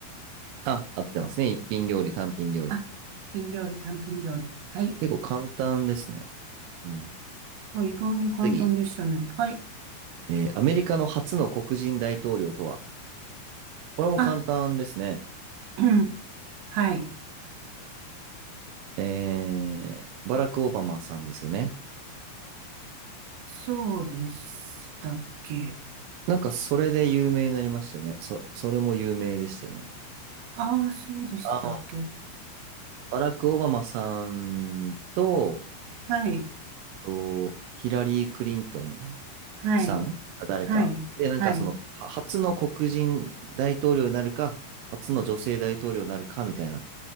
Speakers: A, on the right; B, on the right.
A: あ、合ってますね。一品料理、単品料理。
B: あ、一品料理、単品料理。はい。
A: 結構簡単ですね。うん。
B: あ、意外に簡単でしたね。
A: 次。
B: はい。
A: えーアメリカの初の黒人大統領とはこれも簡単ですね。
B: あ、うん。はい。
A: えーバラク・オバマさんですよね。
B: そうでしたっけ。
A: なんか、それで有名になりましたよね。そ、それも有名でしたよね。
B: ああ、そうでしたっけ。
A: あの、バラク・オバマさんと、
B: はい。
A: と、ヒラリー・クリントン
B: はい。
A: さんんが誰か。
B: はい。
A: で、なんかその、
B: はい。
A: は初の黒人大統領になるか、初の女性大統領になるかみたいな、